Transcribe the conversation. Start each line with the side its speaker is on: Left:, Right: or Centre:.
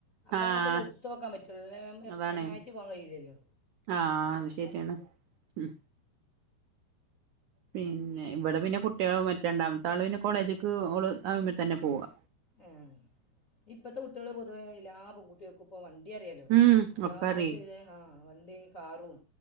Left: അപ്പഴമുക്കൊന്ന്
Right: ആഹ്
Left: എടുത്ത് നോക്കാൻ പറ്റു ല്ലേ എപ്പ
Right: അതാണ്
Left: അയിനായിട്ട് പോവാൻ കഴിയൂലല്ലോ
Right: ആഹ് ആണ് ശരിയാണ് ഉം പിന്നെ ഇവിടെ പിന്നെ കുട്ടികള് മറ്റേ രണ്ടാമത്തെ ആള് പിന്നെ കോളേജ്ക്ക് ഓള് ആവുമ്പ തന്നെ പോവാ.
Left: ആ ഇപ്പത്തെ കുട്ടികള് പൊതുവേ എല്ലാ പെൺകുട്ടികൾക്കും ഇപ്പ വൺ അറിയാലോ
Right: ഉം
Left: എല്ലാവർക്കു
Right: ഒക്കെ അറിയേ
Left: ഇത് ആ വണ്ടിയും കാറും